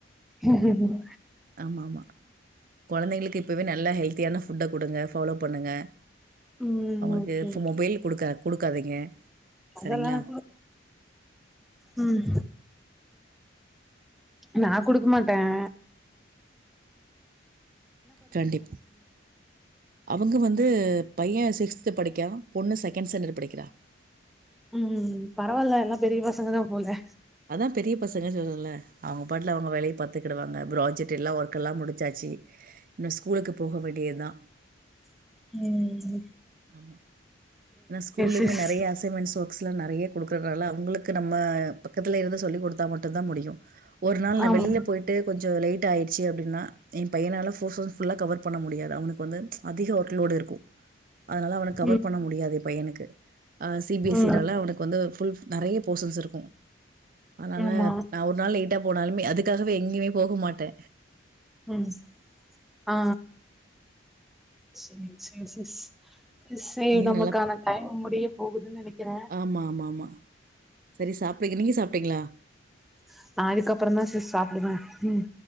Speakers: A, in the centre; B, on the right.
A: ஹம் ஹ்ம்ம்
B: ஆமா ஆமா கொழந்தைங்ளுக்கு இப்பவே நல்ல ஹெல்த்தியான ஃபுட்ட குடுங்க ஃபாலோ பண்ணுங்க
A: ம்
B: அவங்ளுக்கு
A: ஓகே
B: இப்ப
A: ஓகே
B: மொபைல் குடுக்க குடுக்காதீங்க
A: அதெல்லா
B: சரிங்களா?
A: நா உம் நா குடுக்க மாட்ட <inaudible>
B: கண்டிப் அவங்க வந்து பைய சிக்ஸ்து படிக்கா பொண்ணு செகண்ட் ஸ்டாண்டர்ட் படிக்றா
A: உம் பரவால்ல எல்லா பெரிய பசங்கதா போல
B: அதா பெரிய பசங்கன் சொல்றல அவங்க பாட்ல அவங்க வேலய பாத்துகிடுவாங்க ப்ராஜெக்ட்டெல்லா ஒர்க்கெல்லா முடிச்சாச்சி இன்னு ஸ்கூலுக்கு போக வேண்டியதா
A: உம்
B: ஆமா ஏனா ஸ்கூல்லியுமே
A: சிஸ்
B: நிறைய அசைன்மென்ட்ஸ் ஸ்லா நிறைய குடுக்கறனால அவங்ளுக்கு நம்ம பக் கத்லருந்து சொல்லி குடுத்தா மட்டுந்தா முடியு ஒரு நாள் நா
A: ஆமா
B: வெளில போயிட்டு கொஞ்ச லேட் ட்டாயிடுச்சு அப்டினா எ பையனால போர்ஃபோர் புல்லா கவர் பண்ண முடியாது அவனுக் வந்து அதிக ஒர்க் லோடுருக்கு அதனால அவனு கவர்
A: ம்
B: பண்ண முடியாது எனக்கு அ சி பி எஸ்சினால
A: ம்
B: அவனுக்கு வந்து புல் நிறைய போஸ்ன் இருக்கு அதனால
A: ஆமா
B: நா ஒரு நாள் லேட் ட்டா போனாலுமே அதுக்காகவே எங்கயுமே போக மாட்டே
A: ம் ஆ செரி செரி செஸ் செரி
B: நீ
A: நமக்கான
B: நல்லா
A: டைம் முடிய போகுதுன் நினைக்கற
B: ஆமா ஆமா ஆமா சரி சாப்டுங்க நீங்க சாப்ட்டீங்ளா
A: <inaudible> நா இதுக்கப்றந்தா சிஸ் சாப்டுவ ம்